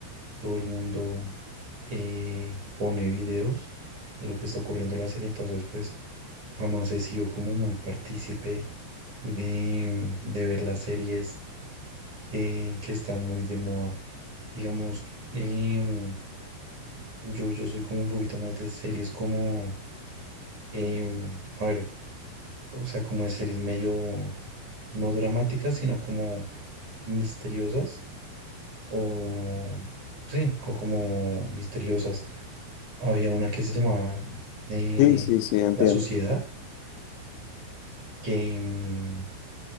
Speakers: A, on the right; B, on the left.
A: todo el mundo eh, pone videos de lo que está ocurriendo en la serie, entonces pues jamás he sido como muy partícipe de, de ver las series que, que están muy de moda. Digamos, em, yo, yo soy como un poquito más de series como, em, a ver, o sea, como de series medio no dramáticas, sino como misteriosas o sí, o como misteriosas. Había una que se llamaba eh,
B: Sí, sí, sí, entiendo.
A: La Sociedad, que, mm,